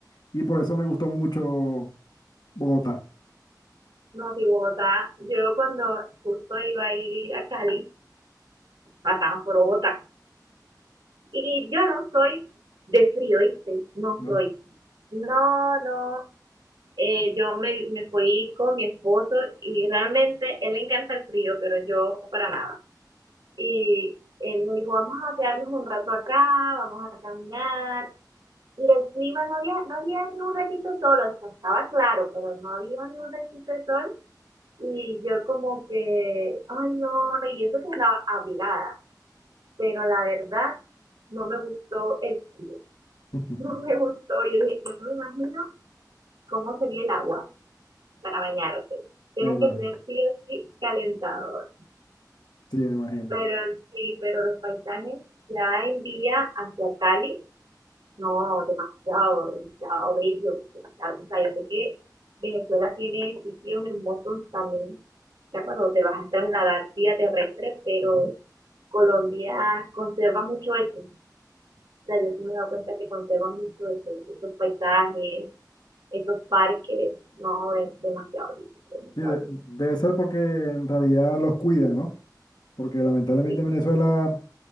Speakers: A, on the left; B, on the right.
A: Y por eso me gustó mucho Bogotá,
B: no, si Bogotá, yo cuando justo iba a ir a Cali, pasamos por Bogotá. Y yo no soy de frío, ¿viste? No
A: ¿no?
B: soy. No, no. Eh, yo me, me fui con mi esposo y realmente él le encanta el frío, pero yo para nada. Y él me dijo, vamos a quedarnos un rato acá, vamos a caminar, Y el clima, no había, no había ni un ratito de sol, o sea, estaba claro, pero no había ni un ratito de sol. Y yo como que, ay no, y eso que andaba abrigada, pero la verdad no me gustó el frío, <laughs>
A: <laughs>
B: no me gustó. Yo dije, yo me imagino cómo sería el agua para bañarte. Tienes
A: Me imagino,
B: que tener sí o sí calentador.
A: sí, me imagino.
B: Pero sí, pero los paisajes ya en día hacia Cali No, demasiado, demasiado bello, demasiado. O sea, yo sé que Venezuela tiene sitios hermosos también, ya cuando te vas a trasladar vía terrestre, pero
A: Ujú.
B: Colombia conserva mucho eso. O sea, yo sí me he dado cuenta que conserva mucho eso, esos paisajes, esos parques, no, es demasiado lindo, demasiado
A: Sí, de-
B: lindo.
A: debe ser porque en realidad los cuidan, ¿no? Porque lamentablemente
B: Sí.
A: en Venezuela